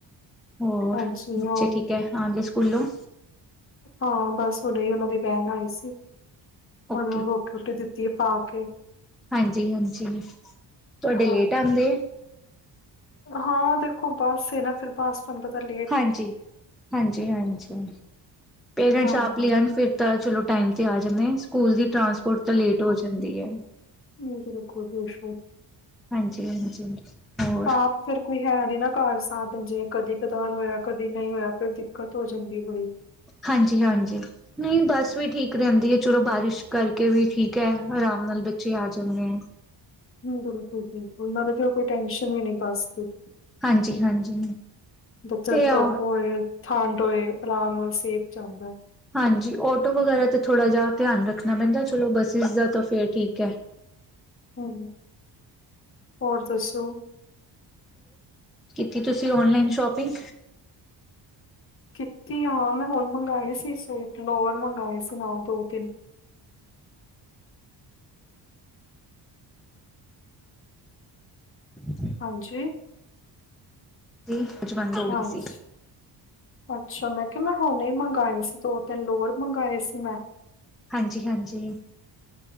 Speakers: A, in the centre; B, on the left.
A: ਹੋਰ
B: ਹਾਂਜੀ
A: ਬੱਚੇ
B: ਹਾਂ
A: ਠੀਕ ਏ। ਹਾਂਜੀ ਸਕੂਲੋ
B: ਹਾਂ ਬਸ ਹੁਨੇ ਈ ਉਹਨਾਂ ਦੀ ਵੈਨ ਆਈ ਸੀ ਹੁਨ
A: ਓਕੇ
B: ਰੋ ਰੋਟੀ ਦਿਤੀ ਏ ਪਾ ਕੇ।
A: ਹਾਂਜੀ ਹਾਂਜੀ ਤੁਹਾਡੇ
B: ਹਾਂ
A: ਲੇਟ ਆਂਦੇ ਏ।
B: ਹਾਂ ਦੇਖੋ ਬਸ ਏ ਨਾ ਫਿਰ ਪਾਸਾਨ ਪਤਾ ਲਿਆ <unintelligible>
A: ਹਾਂਜੀ ਹਾਂਜੀ ਹਾਂਜੀ ਪੇਰੈਂਟਸ
B: ਹਾਂ
A: ਆਪ ਲੀਆਨ ਫਿਰ। ਤਾਂ ਚਲੋ ਟਾਈਮ ਤੇ ਆ ਜਾਂਦੇ ਆ ਸਕੂਲ ਦੀ ਟਰਾਂਸਪੋਰਟ ਤੇ ਲੇਟ ਹੋ ਜਾਂਦੀ ਹੈ।
B: ਨ ਜ ਕੋ ਵਿ <unintelligible>
A: ਹਾਂਜੀ ਹਾਂਜੀ ਹੋਰ
B: ਆਪ ਫੇਰ ਕੋਈ ਹੈ ਨਹੀਂ ਨਾ ਘਰ ਸਾਥ ਜੇ ਕਦੇ ਕਦਾਰ ਹੋਇਆ ਕਦੀ ਨਹੀਂ ਹੋਇਆ ਫ਼ੇਰ ਦਿੱਕਤ ਹੋ ਜਾਂਦੀ ਪੂਰੀ
A: ਹਾਂਜੀ ਹਾਂਜੀ ਨਹੀਂ ਬਸ ਵੀ ਠੀਕ ਰਹਿੰਦੀ ਏ ਚਲੋ ਬਾਰਿਸ਼ ਕਰਕੇ ਵੀ ਠੀਕ ਹੈ ਅਰਾਮ ਨਾਲ ਬੱਚੇ ਆ ਜਾਂਦੇ ਆ।
B: ਉਹਨਾਂ ਨੇ ਜੋ ਕੋਈ ਟੈਂਸ਼ਨ ਵੀ ਨਹੀਂ ਬਸ ਫਿਰ <unintelligible>
A: ਹਾਂਜੀ-ਹਾਂਜੀ
B: ਬੱਚੇਆ ਨੂੰ
A: ਇਹ
B: ਧੋਪ
A: ਆ
B: ਹੋਏ ਠੰਡ ਹੋਏ ਅਰਾਮ ਨਾਲ ਸੇਕ ਚੱਲਦਾ।
A: ਹਾਂਜੀ ਔਟੋ ਵਗੈਰਾ ਦਾ ਤੇ ਥੋੜਾ ਜਿਹਾ ਧਿਆਨ ਰੱਖਨਾ ਪੈਂਦਾ ਚਲੋ ਬਸਿ਼ਸ ਦਾ ਤਾਂ ਫੇਰ ਠੀਕ ਹੈ।
B: ਹੁ ਹੋਰ ਦੱਸੋ
A: ਕੀ ਤੁਸੀਂ ਔਨਲਾਈਨ ਸ਼ੋਪਿੰਗ
B: ਕਿਤੀ ਏ ਹਾ ਮੈਂ ਹੁਣ ਮੰਗਾਏ ਸੀ ਸੂਟ ਲੋਅਰ ਮੰਗਾਏ ਸੀ ਨਾਲ ਦੋ ਤਿੰਨ।
A: ਹ <inaudible>
B: ਹਾਂਜੀ
A: ਜੀ ਅੱਜ ਬੰਦ ਹੋ
B: ਹਾਂਜੀ।
A: ਗਈ ਸੀ।
B: ਅੱਛਾ ਮੈਂ ਕਿਹਾ ਮੈਂ ਹੁਨੇ ਮੰਗਾਏ ਸੀ ਦੋ ਤਿੰਨ ਲੋਅਰ ਮੰਗਾਏ ਸੀ ਮੈਂ।
A: ਹਾਂਜੀ ਹਾਂਜੀ।